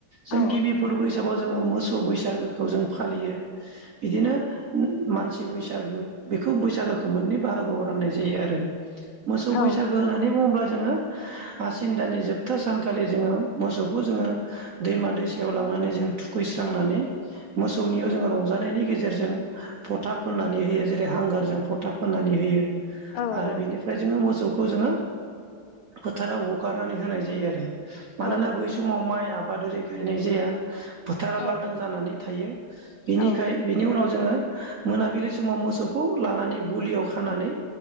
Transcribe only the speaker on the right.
जों
गिबि फोरबो हिसाबाव जोङो मोसौ बैसागोखौ जों फालियो बिदिनो मानसि बैसागो बेखौ बैसागोखौ मोननै बाहागोआव राननाय जायो आरो मोसौ
बैसागो होननानै बुङोब्ला जोङो आसिन दानि जोबथा सानखालि जोङो मोसौखौ जोङो दैमा-दैसायाव लां नानै जों थुखैस्रांनानै मोसौनियाव जोङो रंजानायनि गेजेरजों फथा फोननानै होयो जेरै हांगारजों फथा फोननानै होयो।
आरो
बिनिफ्राय जोङो मोसौ जोङो फोथाराव हगारनानै होनाय जायो आरो मानोना
बै समाव माइ आ बादारि गायनाय जाया फोथारा
लांदां जानानै थायो बिनिखाय
बिनि उनाव जोङो मोनाबिलि समाव मोसौखौ लानानै गुलियाव खानानै